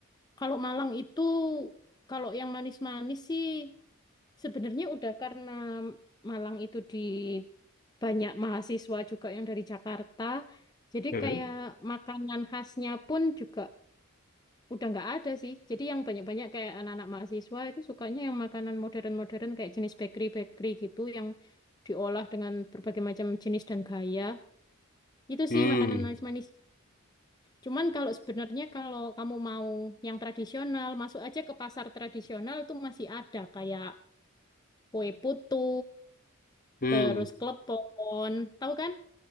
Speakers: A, on the left (about 20°); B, on the left (about 40°).
A: Kalau Malang itu, kalau yang manis-manis sih, sebenarnya udah karena Malang itu di banyak mahasiswa juga yang dari Jakarta. Jadi
B: Mm-mm.
A: kayak makanan khasnya pun juga udah nggak ada sih. Jadi yang banyak-banyak kayak anak-anak mahasiswa itu sukanya yang makanan modern-modern kayak jenis bakery-bakery gitu yang diolah dengan berbagai macam jenis dan gaya. Itu
B: Hmm,
A: sih makanan manis-manis. Cuman kalau sebenarnya kalau kamu mau yang tradisional, masuk aja ke pasar tradisional tuh masih ada kayak kue putu,
B: hmm,
A: terus klepon, tahu kan?